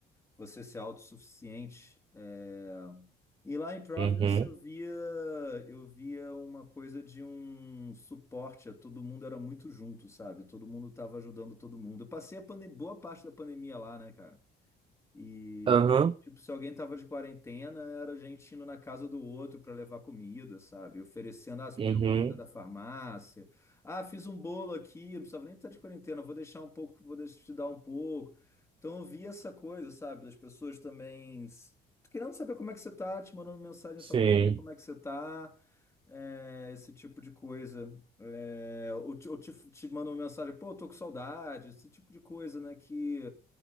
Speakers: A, on the left; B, on the right.
A: você ser autossuficiente. É, E lá em Providence
B: Uhum.
A: eu via, eu via uma coisa de um suporte, a todo mundo era muito junto, sabe? Todo mundo estava ajudando todo mundo. Eu passei a pandem- boa parte da pandemia lá, né, cara? E
B: Aham.
A: era, tipo, se alguém tava de quarentena, era a gente indo na casa do outro para levar comida, sabe? Oferecendo, ah, você
B: Uhum.
A: pediu alguma coisa da farmácia. Ah, fiz um bolo aqui, não precisava nem estar de quarentena, vou deixar um pouco, vou deixar te dar um pouco. Então eu vi essa coisa, sabe? Das pessoas também s- querendo saber como é que você tá, te mandando mensagem
B: Sim.
A: só para saber como é que você tá, é, esse tipo de coisa. É, ou te, ou te, te mandando mensagem, pô, tô com saudade, esse tipo de coisa, né? Que